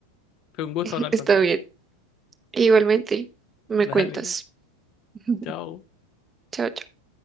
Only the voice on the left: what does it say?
Fue un gusto
hablar
contigo.
<laughs> Dale,
chao.